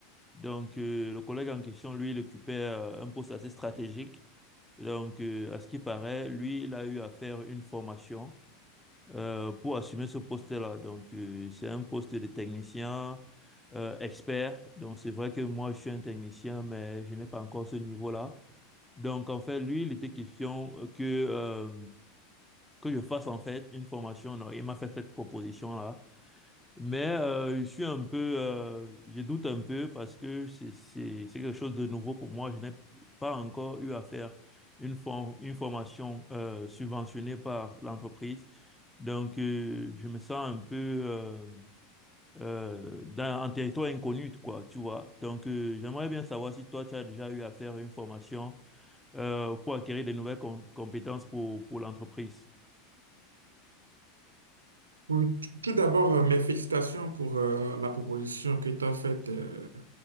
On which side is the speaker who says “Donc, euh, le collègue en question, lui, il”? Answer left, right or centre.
Centre